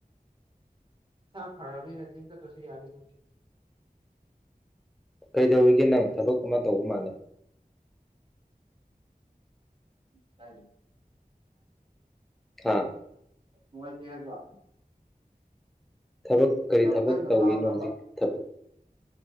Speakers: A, on the right; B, in the centre.
A: ꯁꯥ ꯐꯔꯕꯅꯤ ꯅꯖꯤꯝ ꯆ ꯇꯁꯨ ꯌꯥꯗꯗ
B: ꯀꯩꯗꯧꯏꯒꯦ ꯅꯪ ꯊꯕꯛ ꯑꯃ ꯇꯧꯕ ꯃꯥꯥꯟꯂ
A: ꯀꯥꯏ
B: ꯑꯥ
A: ꯅꯨꯡꯉꯥꯏꯇꯦ ꯍꯥꯏꯕ
B: ꯊꯕꯛ ꯀꯔꯤ ꯊꯕꯛ
A: ꯀꯟꯅ
B: ꯇꯧꯔꯤꯅꯣ
A: ꯇꯥꯕ꯭ꯔꯕ
B: ꯍꯧꯖꯤꯛ ꯊꯕꯛ